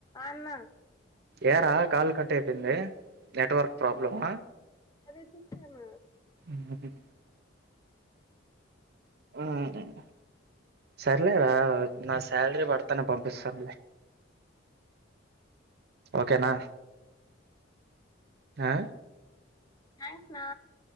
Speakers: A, on the left; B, on the right.
A: అన్నా
B: ఏ రా కాలు కట్ అయిపోయింది నెట్వర్క్ ప్రాబ్లమ్ ఆ
A: అదే చూస్తాన్న
B: మ్ హు మ్... సర్లే రా నా శాలరీ పడతె నే పంపిస్తానులే ఓకే నా ఆ...
A: థ్యాంక్స్నా